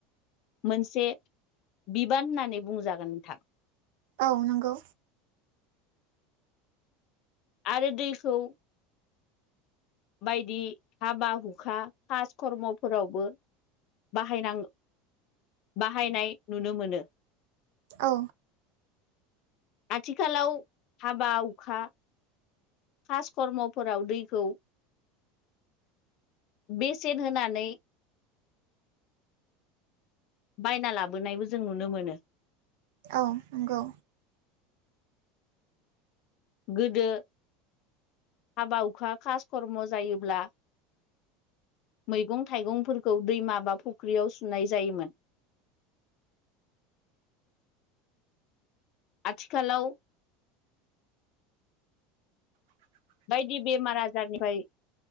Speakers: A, on the left; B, on the right.
A: मोनसे बिबान होननानै बुंजागोन नोंथां
B: औ नंगौ।
A: आरो दैखौ बायदि हाबा हुखा कास खर्म'फोरावबो बाहायनां बाहायनाय नुनो मोनो
B: औ
A: आथिखालाव हाबा हुखा खासकर्मफोराव दैखौ बेसेन होनानै बायना लाबोनायबो जों नुनो मोनो।
B: औ नंगौ
A: गोदो हाबा हुखा खास खर्म' जायोब्ला मैगं थाइगंफोरखौ दैमा बा फुख्रियाव सुनाय जायोमोन <inaudible> आथिखालाव बायदि बेमार आजारनिफ्राय